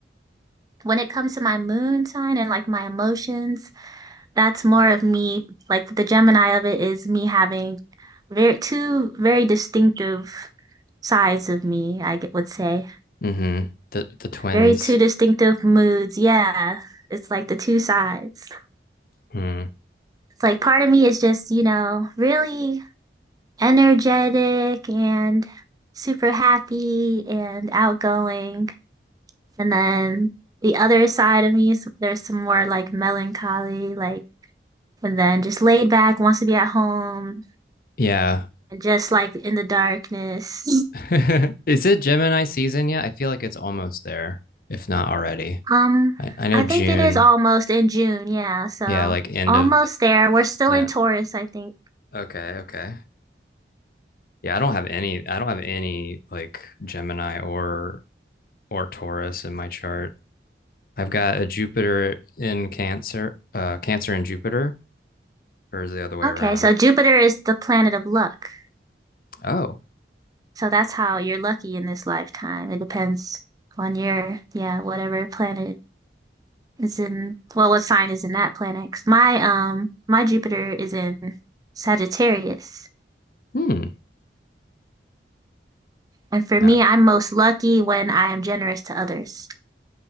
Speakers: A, on the right; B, on the left.
A: when it comes to my moon sign and like my emotions, that's more of me, like the Gemini of it is me having Very two very distinctive sides of me, I g- would say.
B: Mm-hmm. The the twins.
A: Very two distinctive moods. Yeah, it's like the two sides.
B: Hmm.
A: It's like part of me is just, you know, really energetic and super happy and outgoing. And then the other side of me is there's some more like melancholy, like, and then just laid back, wants to be at home
B: Yeah.
A: and just like in the darkness.
B: <laughs> Is it Gemini season yet? I feel like it's almost there, if not already.
A: Um,
B: I, I know
A: I
B: June.
A: think it is almost in June, yeah, so
B: Yeah, like end
A: almost
B: of
A: there. We're still
B: Yeah.
A: in Taurus, I think.
B: Okay. Okay. Yeah, I don't have any. I don't have any like Gemini or or Taurus in my chart. I've got a Jupiter in Cancer, uh, Cancer in Jupiter, or is it the other way
A: Okay,
B: around?
A: so Jupiter is the planet of luck.
B: Oh,
A: So that's how you're lucky in this lifetime. It depends on your, yeah, whatever planet is in, well, what sign is in that planet. 'Cause my um my Jupiter is in Sagittarius.
B: hmm.
A: And for
B: Yeah.
A: me, I'm most lucky when I am generous to others.